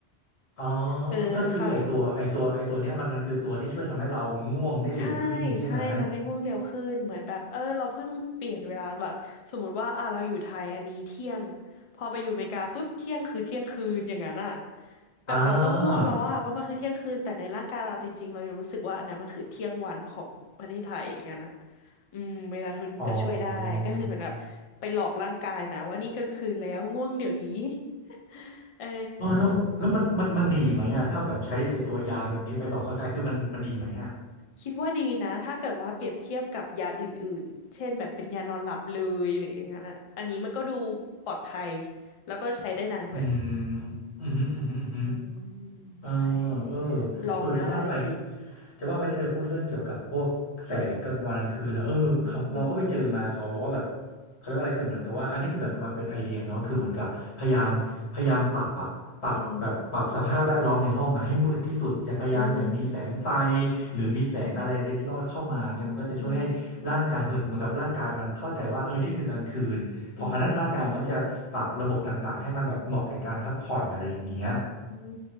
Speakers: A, on the left; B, on the left.
A: อ๋อ
B: เออค่ะ
A: ก็คือไอตัวไอตัวไอตัวเนี้ยมันมันคือตัวที่ช่วยทำให้เราง่วงได้เร็วขึ้นใช่ไหม
B: ใช่ใช่ทำให้ง่วงเร็วขึ้นเหมือนแบบเออเราเพิ่งเปลี่ยนเวลาแบบสมมติว่าอ่ะเราอยู่ไทยอันนี้เที่ยงพอไปอยู่อเมริกาปุ๊บเที่ยงคือเที่ยงคืนอย่างนั้นอ่ะแบบเราต้องง่วงแล้วอ่ะเพราะมันคือเที่ยงคืนแต่ในร่างกายเราจริงๆเรายังรู้สึกว่าอันนั้นมันคือเที่ยงวันของประเทศไทยอย่างนั้นอ่ะ
A: อ่า
B: อืมเมลาโทนินก็ช่วยได้ก็คือเหมือนแบบไปหลอกร่างกายนะว่านี่กลางคืนแล้วง่วงเดี๋ยวนี้
A: อ๋อ
B: <laughs> เออ
A: เออแล้วแล้วมันมันมันดีไหมอ่ะถ้าแบบใช้ไอตัวยาแบบนี้ไปหลอกร่างกายคือมันมันดีไหมอ่ะ
B: คิดว่าดีนะถ้าเกิดว่าเปรียบเทียบกับยาอื่นๆเช่นแบบเป็นยานอนหลับเลยหรืออย่างนั้นอะอันนี้มันก็ดูปลอดภัยแล้วก็ใช้ได้นานด้วย
A: อืมอืมอหืมออืมอหืม
B: อืม
A: เออ
B: ใช่
A: เออ
B: ลองได้
A: เออจะว่าไปที่จะว่าไปที่เธอพูดเรื่องเกี่ยวกับพวกแสงกลางวันกลางคืนนะเออเขาเราก็ไปเจอมาเขาบอกว่าแบบ
B: อืม
A: เขาเรียกว่าอะไรคือเหมือนกับว่าอันนี้คือเบอบมันเป็นไอเดียเนาะคือเหมือนกับพยายามพยายามปรับอะปรับแบบปรับสภาพแวดล้อมในห้องอะให้มืดที่สุดอย่าพยายามอย่ามีแสงไฟ
B: อืมอืม
A: หรือมีแสงอะไรเล็ดลอดเข้ามาเงี้ยมันก็จะช่วยให้ร่างกายเหมือนกับร่างกายมันเข้าใจว่าเออนี่คือกลางคืนพอครั้งนั้นร่างกายมันก็จะปรับระบบต่างๆให้มันแบบเหมาะแก่การพักผ่อนอะไรอย่างเงี้ย
B: อืมอืมอืมอืม